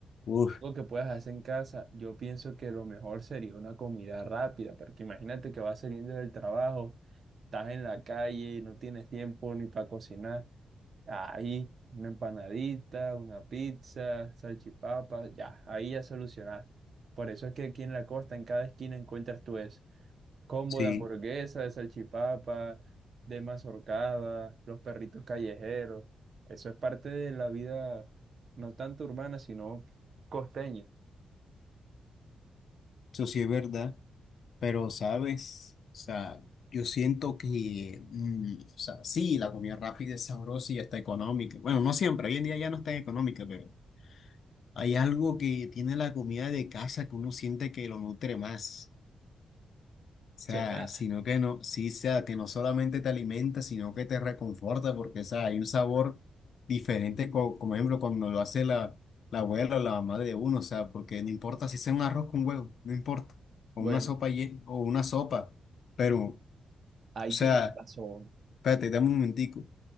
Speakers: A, on the left (about 65°); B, on the right (about 50°).
A: Uf,
B: algo que puedas hacer en casa, yo pienso que lo mejor sería una comida rápida, porque imagínate que vas saliendo del trabajo. estás en la calle, no tienes tiempo ni para cocinar, ahí una empanadita, una pizza, salchipapas, ya, ahí ya solucionaste. Por eso es que aquí en la costa, en cada esquina encuentras tú eso. Combo
A: sí,
B: de hamburguesa, de salchipapa, de mazorcada, los perritos callejeros. Eso es parte de la vida, no tanto urbana, sino costeña.
A: eso sí es verdad, pero sabes, o sea, yo siento que, mm, o sea, sí, la comida rápida es sabrosa y hasta económica. Bueno, no siempre, hoy en día ya no es tan económica, pero hay algo que tiene la comida de casa que uno siente que lo nutre más. O sea,
B: ¿Será?
A: sino que no, sí, sea, que no solamente te alimenta, sino que te reconforta, porque, o sea, hay un sabor diferente, co- como ejemplo, cuando lo hace la, la abuela o la mamá de uno, o sea, porque no importa si sea un arroz con huevo, no importa, o
B: Bueno,
A: una sopa ye- o una sopa, pero, o
B: ahí
A: sea,
B: tienes razón.
A: espérate, dame un momentico.